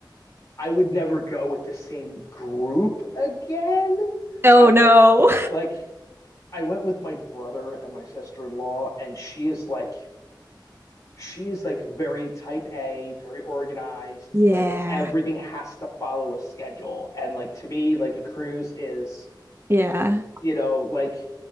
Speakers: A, on the left (about 40°); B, on the right (about 30°).
A: I would never go with the same group again.
B: Oh
A: I
B: no.
A: like I went with my brother and my sister-in-law and she is like she is like very type A, very organized.
B: Yeah,
A: Like everything has to follow a schedule. And like to me, like a cruise is
B: yeah,
A: you know, like,